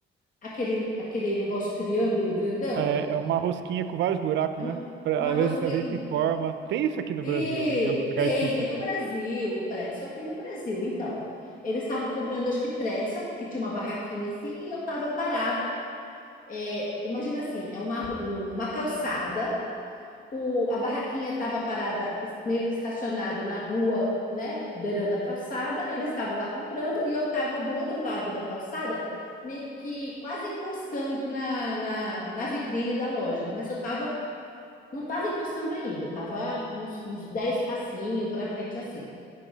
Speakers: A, on the left (about 45°); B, on the right (about 65°).
A: aquele, aquele negócio triângulo grandão,
B: É, é uma rosquinha com vários buracos,
A: é uma,
B: né? Pra-
A: uma
B: às
A: rosquinha
B: vezes, às vezes
A: com
B: tem forma. Tem isso aqui no
A: E
B: Brasil, em alguns lugares
A: tem,
B: específicos.
A: tem no Brasil, o pretzel tem no Brasil. Então, eles estavam comprando, acho que pretzel, porque tinha uma barraquinha assim, e eu estava parada. É, imagina assim, é uma, uma calçada, o, a barraquinha estava parada, es- meio que estacionado na rua, né, beirando a calçada, eles estavam lá comprando, e eu estava do outro lado da calçada, meio que quase encostando na, na, na vitrine da loja, mas eu estava não estava encostando ainda, estava uns, uns 10 passinhos para frente assim.